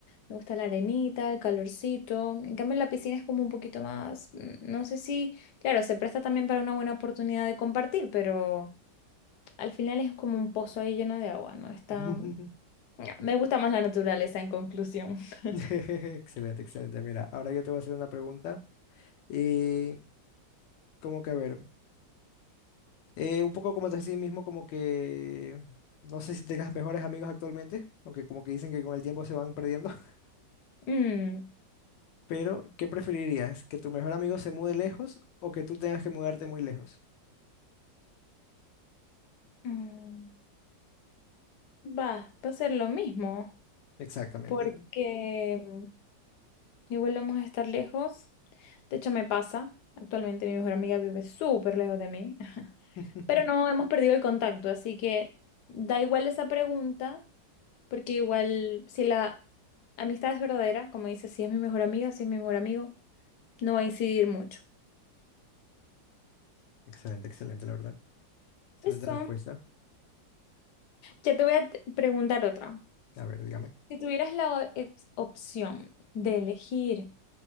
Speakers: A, on the left (about 70°); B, on the left (about 80°).
A: me gusta la arenita, el calorcito. En cambio, en la piscina es como un poquito más, mm, no sé si, claro, se presta también para una buena oportunidad de compartir, pero al final es como un pozo ahí lleno de agua, ¿no? Está,
B: <laughs>
A: <tsk> me gusta más la naturaleza en conclusión. <laughs>
B: Excelente, excelente. Mira, ahora yo te voy a hacer una pregunta. Y como que a ver, eh, un poco como te decía mismo, como que no sé si tengas mejores amigos actualmente, aunque como que dicen que con el tiempo se van perdiendo, <laughs>
A: Mm,
B: pero ¿qué preferirías? ¿Que tu mejor amigo se mude lejos o que tú tengas que mudarte muy lejos?
A: mm, va, va a ser lo mismo,
B: Exactamente.
A: porque... mm, Igual vamos a estar lejos. De hecho, me pasa. Actualmente mi mejor amiga vive súper lejos de mí. <laughs>
B: <laughs>
A: Pero no hemos perdido el contacto, así que da igual esa pregunta, porque igual si la amistad es verdadera, como dice, si es mi mejor amiga, si es mi mejor amigo, no va a incidir mucho.
B: Excelente, excelente, la verdad. Excelente
A: Eso.
B: respuesta.
A: Ya te voy a t- preguntar otra.
B: A ver, dígame.
A: Si tuvieras la o- ep- opción de elegir